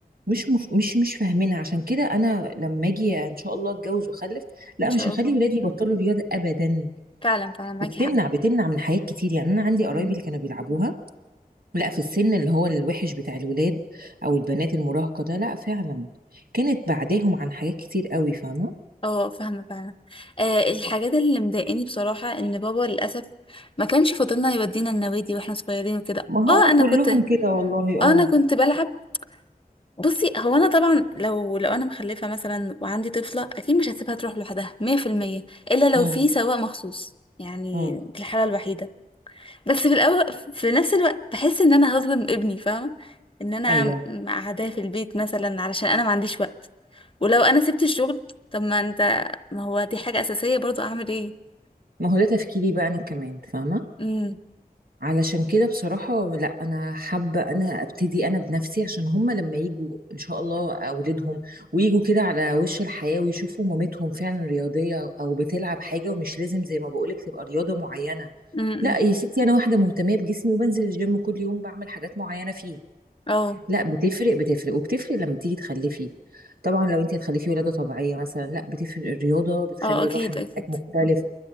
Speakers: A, on the right; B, on the left.
A: مش مف... مش مش فاهمينها عشان كده انا لما اجي ان شاء الله اتجوز واخلف لا
B: ان شاء
A: مش هخلي
B: الله
A: ولادي يبطلوا رياضه ابدا
B: فعلا فعلا معاكي
A: وبتمنع
B: حق
A: بتمنع من حاجات كتير يعني انا عندي قرايبي
B: مم.
A: اللي كانوا بيلعبوها لا في السن اللي هو الوحش بتاع الولاد او البنات المراهقه ده لا فعلا كانت بعداهم عن حاجات كتير قوي فاهمه
B: اه فاهمة فعلا آه الحاجات اللي مضايقاني بصراحة ان بابا للأسف ما كانش فاضلنا يودينا النوادي واحنا صغيرين وكده
A: ما
B: اه
A: هو
B: انا
A: كلهم
B: كنت اه
A: كده والله اه
B: انا كنت بلعب بصي هو انا طبعا لو لو انا مخلفة مثلا وعندي طفلة اكيد مش هسيبها تروح لوحدها 100% الا لو
A: امم
B: في سواق مخصوص يعني
A: امم
B: دي الحالة الوحيدة بس في الاول في نفس الوقت بحس ان انا هظلم ابني فاهمة ان انا
A: ايوه
B: م- قاعداه في البيت مثلا علشان انا ما عنديش وقت ولو انا سبت الشغل طب ما انت ما هو دي حاجة اساسية برضو اعمل ايه
A: ما هو ده تفكيري بقى انا كمان فاهمه
B: امم
A: علشان كده بصراحة لا أنا حابة أنا أبتدي أنا بنفسي عشان هما لما يجوا إن شاء الله أولادهم ويجوا كده على وش الحياة ويشوفوا مامتهم فعلا رياضية أو بتلعب حاجة ومش لازم زي ما بقولك تبقى رياضة معينة
B: امم إمم.
A: لا يا ستي أنا واحدة مهتمية بجسمي وبنزل الجيم كل يوم بعمل حاجات معينة فيه
B: اه
A: لا بتفرق بتفرق وبتفرق لما تيجي تخلفي طبعا لو أنت هتخلفي ولادة طبيعية مثلا لا بتفرق الرياضة بتخلي
B: اه اكيد
A: الرحم
B: اكيد
A: بتاعك مختلف